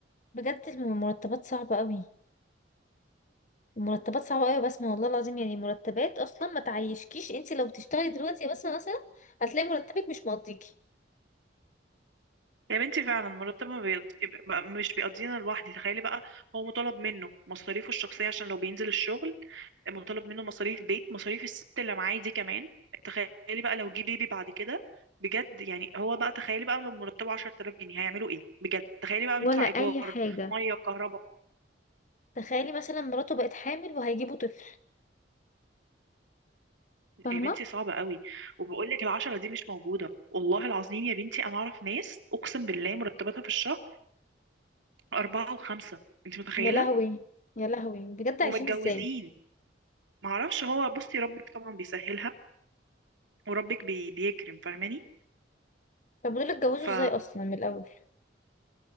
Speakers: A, on the left (about 40°); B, on the right (about 80°).
A: بجد المرتبات صعبة قوي المرتبات صعبة قوي يا بسمة والله العظيم يعني مرتبات اصلا ما تعيشكيش انت لو بتشتغلي دلوقتي يا بسمة مثلا هتلاقي مرتبك مش مقضيكي
B: يا بنتي فعلا مرتب ما بيقض... يبقى- مش بيقضينا لوحدي تخيلي بقى هو مطالب منه مصاريفه الشخصية عشان لو بينزل الشغل مطالب منه مصاريف بيت مصاريف الست اللي معاه دي كمان تخيلي بقى لو جه بيبي بعد كده بجد يعني هو بقى تخيلي بقى لو مرتبه 10000 جنيه هيعملوا ايه بجد تخيلي بقى بيدفع
A: ولا
B: ايجار
A: اي حاجة
B: ميه وكهرباء
A: تخيلي مثلا مراته بقت حامل وهيجيبوا طفل فاهمة
B: يا بنتي صعبة قوي وبقول لك العشرة دي مش موجودة والله العظيم يا بنتي انا اعرف ناس اقسم بالله مرتباتها في الشهر أربعة وخمسة انت متخيلة
A: يا لهوي يا لهوي بجد
B: ومتجوزين
A: عايشين ازاي
B: ما اعرفش هو بصي ربك طبعا بيسهلها وربك بي بيكرم فاهماني
A: طب ودول اتجوزوا
B: ف
A: ازاي اصلا من الاول